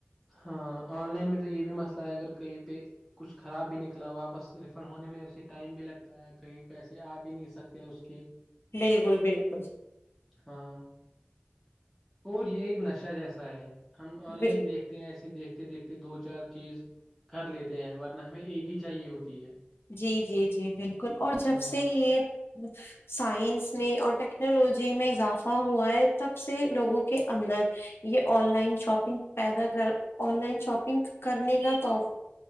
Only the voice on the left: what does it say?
بالکل بالکل
بل-
جی جی جی بالکل اور جب
سے یہ سائنس میں اور ٹیکنالوجی میں اضافہ ہوا ہے تب سے لوگوں کے اندر یہ آن لائن شاپنگ پیدا کر آن لائن شاپنگ کرنے کا تحف